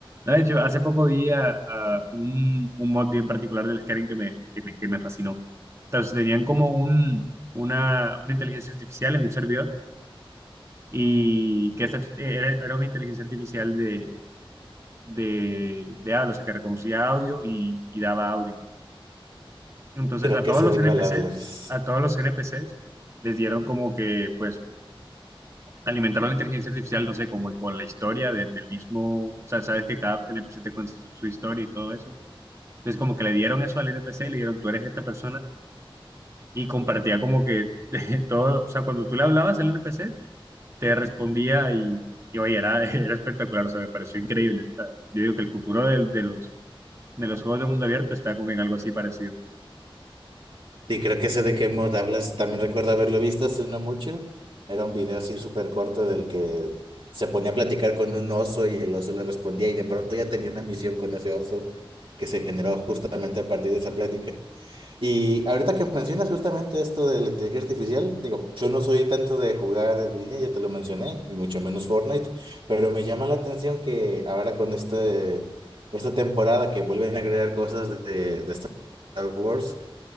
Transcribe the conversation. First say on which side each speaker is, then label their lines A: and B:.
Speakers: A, on the right (about 30°); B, on the right (about 65°).
A: No, De hecho, hace poco vi a, a un, un mod bien particular del Skyrim que me, que me, que me fascinó. Entonces, tenían como un, una, una inteligencia artificial en un servidor y que esta- era, era una inteligencia artificial de, de, de habla, o sea, que reconocía audio y, y daba audio. Entonces
B: Creo
A: a
B: que
A: todos
B: sé
A: los
B: de
A: NPCs,
B: cuál hablas.
A: a todos los NPCs les dieron como que, pues, alimentaron la inteligencia artificial, no sé, como con la historia de- del mismo, o sea, sabes que cada NPC te cuenta su, su historia y todo eso. Entonces como que le dieron eso al NPC, le dieron tú eres esta persona y compartía como que <laughs> todo, o sea, cuando tú le hablabas al NPC, te respondía y, y oye, era, <laughs> era espectacular, o sea, me pareció increíble. O sea, yo digo que el futuro del- de, los, de los juegos de mundo abierto está como en algo así parecido.
B: Sí, creo que ese de qué mod hablas, también recuerdo haberlo visto hace no mucho. Era un video así súper corto del que se ponía a platicar con un oso y el oso le respondía y de pronto ya tenía una misión con ese oso que se generó justamente a partir de esa plática. Y ahorita que mencionas justamente esto de la inteligencia artificial, digo, yo no soy tanto de jugar en línea, ya te lo mencioné, y mucho menos Fortnite, pero me llama la atención que ahora con este, esta temporada que vuelven a agregar cosas de, de Star Wars,